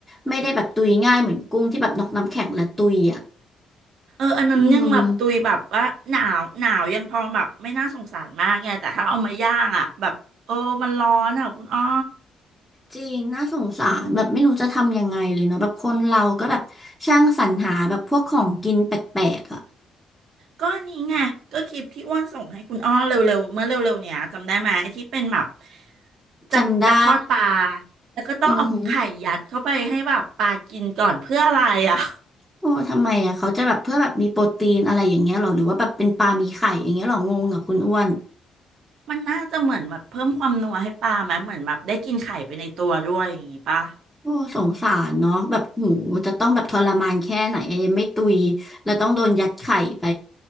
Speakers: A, in the centre; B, on the right.
A: ไม่ได้แบบตุยง่ายเหมือนกุ้งที่แบบนอกน้ำแข็งและตุยอ่ะ
B: เอออันนั้นยังแบบตุยแบบว่าหนาวหนาวยังพอแบบไม่น่าสงสารมากไงแต่ถ้าเอามาย่างอ่ะแบบเออมันร้อนอ่ะคุณอ้อ
A: อืมจริงน่าสงสารแบบไม่รู้จะทำยังไงเลยเนาะแบบคนเราก็แบบช่างสรรหาแบบพวกของกินแปลกๆอ่ะ
B: ก็อันนี้ไงก็คลิปที่อ้วนส่งให้คุณอ้อเร็วๆเมื่อเร็วๆเนี่ยจำได้ไหมที่เป็นแบบจะจะทอดปลา
A: จำได้
B: แล้วก็ต้องเอาไข่ยัดเข้าไปให้แบบปลากินก่อนเพื่ออะไรอ่ะ
A: อือหือ โอ้ทำไมอ่ะเขาจะแบบเพื่อแบบมีโปรตีนอะไรอย่างเงี้ยหรอหรือว่าแบบเป็นปลามีไข่อย่างเงี้ยหรองงกับคุณอ้วน
B: <laughs> มันน่าจะเหมือนแบบเพิ่มความนัวให้ปลาไหมเหมือนแบบได้กินไข่ไปในตัวด้วยอย่างงี้ปะ
A: โอ้สงสารเนาะแบบหูจะต้องแบบทรมานแค่ไหนอะยังไม่ตุยแล้วต้องโดนยัดไข่ไป